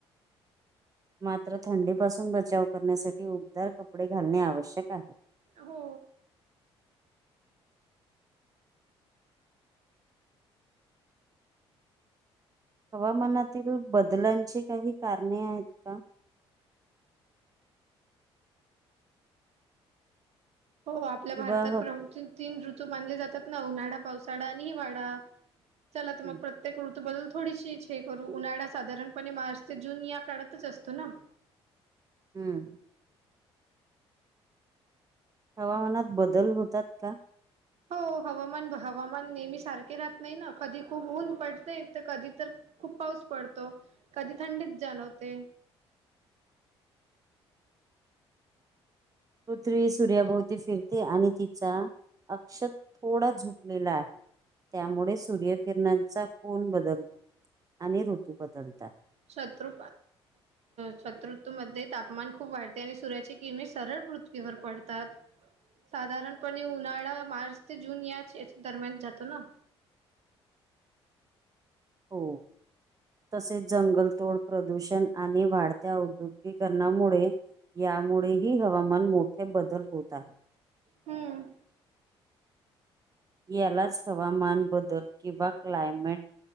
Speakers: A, on the right; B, on the right.
A: <inaudible> मात्र थंडीपासून बचाव करण्यासाठी उबदार कपडे घालणे आवश्यक आहे
B: हो
A: हवामानातील बदलांची काही कारणे आहेत का
B: हो आपल्या
A: किंवा
B: भारतात
A: ह-
B: तीन ऋतू मानले जातात उन्हाळा पावसाळा आणि हिवाडा चला तर
A: हं
B: मग प्रत्येकृ बदल थोडीशी हे करू उन्हाळा साधारणपणे मार्च ते जून या काळातच असतो ना
A: हम्म हवामानात बदल होतात का
B: हो हवामान हवामान नेहमी सारखे राहत नाही ना कधी खूप ऊन पडते तर कधी तर खूप पाऊस पडतो कधी थंडीत जाणवते
A: ह पृथ्वी सूर्याभोवती फिरते आणि तिचा अक्षत थोडा झुपलेला आहे त्यामुळे सूर्यकिरणांचा कोण बदलतो आणि ऋतू बदलतात
B: शत्रु शत्रु मध्ये तापमान खूप वाढते आणि सूर्याची किरणी सरळ पृथ्वीवर पडतात साधारणपणे उन्हाळा मार्च ते जून या दरम्यान जातो ना
A: हो तसेच जंगलतोड प्रदूषण आणि वाढत्या औद्योगीकरणामुळे यामुळे ह हवामान मोठे बदल होत आहे
B: हम्म
A: यालाच हवामान बदल किंवा क्लायमेट